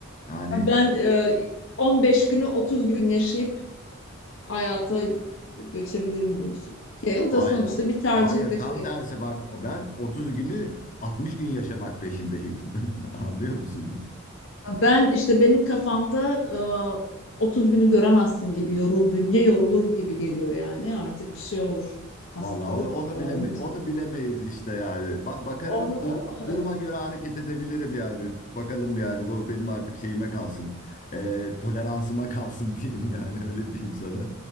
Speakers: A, on the left; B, on the left.
A: Yani
B: Ben e, 15 günü 30 gün yaşayıp hayata göçebilirim diyorsun. Okey, o
A: hayır.
B: da sonuçta bir tercih
A: Hayır
B: ve
A: tam
B: şey
A: tersi bak o- ben 30 günü 60 gün yaşamak peşindeyim. <laughs> Anlıyor musun?
B: Ben işte benim kafamda e, 30 günü göremezsin gibi yorul bünye yorulur gibi geliyor yani artık şey olur hastalık
A: Vallahi onu, onu
B: e,
A: bileme
B: nüksedir.
A: onu bilemeyiz işte yani. Ba- bakarım
B: Onu o-
A: dur-
B: <laughs>
A: duruma göre hareket edebilirim yani. Bakalım yani bu benim artık şeyime kalsın. Ee, toleransıma kalsın <laughs> diyeyim yani öyle diyeyim sana.